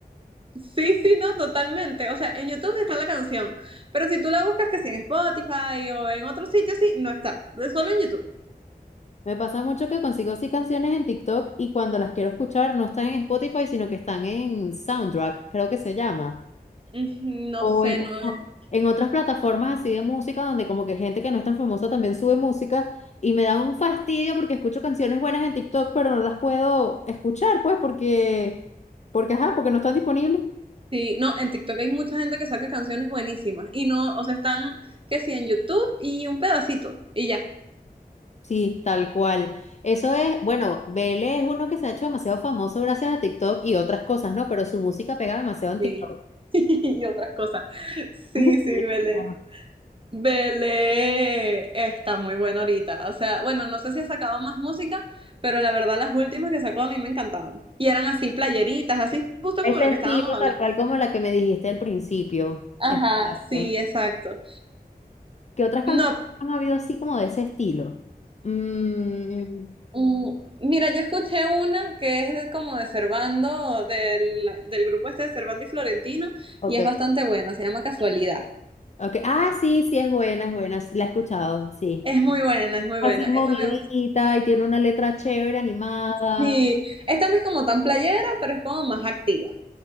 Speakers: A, on the right; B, on the left.
A: Sí, sí, no, totalmente. O sea, en YouTube está la canción, pero si tú la buscas que si en Spotify o en otro sitio, sí, no está. Es solo en YouTube.
B: Me pasa mucho que consigo así canciones en TikTok y cuando las quiero escuchar no están en Spotify, sino que están en Soundtrack, creo que se llama.
A: Ujú, No
B: O
A: sé,
B: en,
A: no es.
B: en otras plataformas así de música donde como que gente que no es tan famosa también sube música y me da un fastidio porque escucho canciones buenas en TikTok, pero no las puedo escuchar, pues, porque, porque, ajá, porque no están disponibles.
A: Sí, no, en TikTok hay mucha gente que saca canciones buenísimas y no, o sea, están que sí en YouTube y un pedacito y ya.
B: Sí, tal cual. Eso es, bueno, Vele es uno que se ha hecho demasiado famoso gracias a TikTok y otras cosas, ¿no? Pero su música pega demasiado en
A: Sí.
B: TikTok.
A: <laughs> Y otras cosas. Sí,
B: <laughs>
A: sí, vale. Belé está muy bueno ahorita. O sea, bueno, no sé si ha sacado más música, pero la verdad las últimas que sacó a mí me encantaban. Y eran así playeritas, así justo
B: Ese
A: como lo
B: estilo
A: que estábamos hablando.
B: tal cual como la que me dijiste al principio.
A: Ajá,
B: Exacto.
A: sí, exacto.
B: ¿Qué otras canciones
A: No,
B: han habido así como de ese estilo? Mm,
A: mm, mira, yo escuché una que es de- como de Servando, del, del grupo este de Servando y Florentino,
B: ok,
A: y es bastante buena, se llama Casualidad.
B: ok. Ah, sí, sí, es buena, es buena. La he escuchado, sí.
A: Es muy buena, es muy
B: Así
A: buena.
B: movidita
A: Esa me gusta.
B: y tiene una letra chévere, animada.
A: Sí, esta no es como tan playera, pero es como más activa.